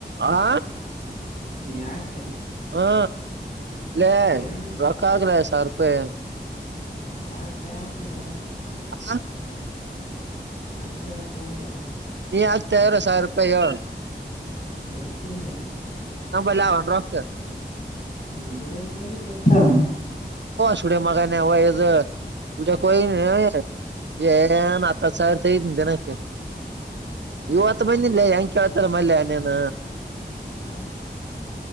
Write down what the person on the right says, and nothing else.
ಆ
ಹಾ ಲೇ
ರಕ್ಕಾರ ಸಾವಿರ ರೂಪಾಯಿ
ಹಾ
ನೀ ಆಗ್ತಾಾರ ಸಾವಿರ ರೂಪಾಯಿ ಏಳ್ು
ಹಾ ಬಲ ಆವೆನ ರೊಕ್
ಸೂಡೆ ಮಗ ಹದು ಸೂಡೆ ಕೊ <unintelligible> ಏನ್ ಹತ್ತ ಹತ್ ಸಾವಿರ ತ ಇದ್ದನಿ ದಿನಕ್ಕೆ
ಇವತ್ತು
ಬಂದಿಲ್ಲ ಹೆಂಗ ಕೇಳ್ತಾರ ಮಲ್ಲಯನೇನ